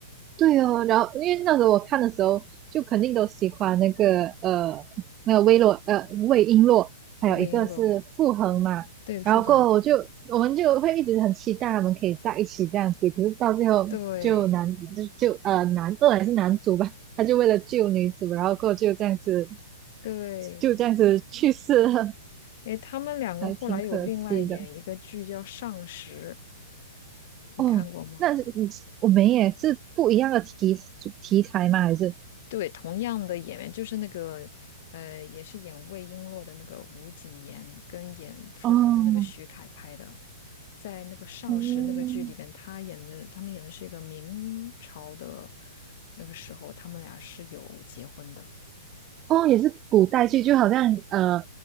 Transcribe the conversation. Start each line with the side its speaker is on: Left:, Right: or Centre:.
Right: 对哦，然后因为那时候我看的时候，就肯定都喜欢那个呃那个魏洛呃魏璎珞，还有一个是傅恒嘛。
Left: 魏璎珞。对，傅恒，
Right: 然后过后我就我们就会一直很期待他们可以在一起这样子，可是到最后就男就就呃男二还是男主吧，
Left: 对
Right: 他就为了救女主，然后过后就这样子
Left: 对，
Right: 就这样子去世了，
Left: 哎，他们两个后来有另外演一个剧叫《上时》，
Right: 还挺可惜的。
Left: 你看过吗？
Right: 哦，那是嗯我们也是不一样的题题材吗？还是
Left: 对，同样的演员，就是那个呃，也是演魏璎珞的那个吴谨言，跟演傅恒的那个徐凯拍的，
Right: 哦
Left: 在那个《上时》那个剧里边，
Right: 哦，
Left: 他演的，他们演的是一个明朝的那个时候，他们俩是有结婚的。
Right: 哦，也是古代剧，就好像呃